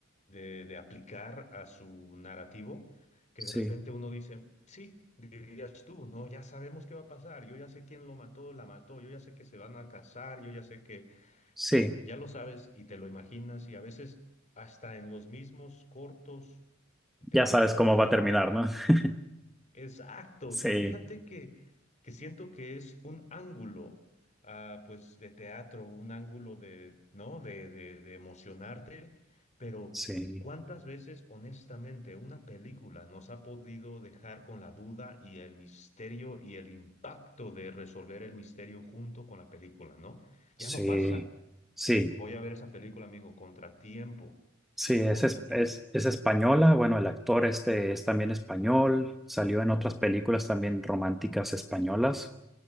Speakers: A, on the left; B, in the centre.
A: de, de aplicar a su narrativo, que
B: Sí,
A: de repente uno dice, sí, dirías tú, no, ya sabemos qué va a pasar, yo ya sé quién lo mató, la mató, yo ya sé que se van a casar, yo ya sé que
B: sí.
A: todo, ya lo sabes y te lo imaginas y a veces hasta en los mismos cortos te
B: Ya
A: lo,
B: sabes
A: te
B: cómo
A: lo da
B: va a terminar, ¿no? <laughs>
A: Exacto,
B: Sí,
A: y fíjate que, que siento que es un ángulo, ah, pues, de teatro, un ángulo de, ¿no? De, de, de emocionarte, pero
B: sí,
A: ¿cuántas veces, honestamente, una película nos ha podido dejar con la duda y el misterio y el impacto de resolver el misterio junto con la película, ¿no?
B: sí,
A: Ya no pasa.
B: sí.
A: Voy a ver esa película, amigo, Contratiempo.
B: Sí, es,
A: Contratiempo
B: es, es,
A: me
B: es
A: gusta.
B: española. Bueno, el actor este es también español. Salió en otras películas también románticas españolas.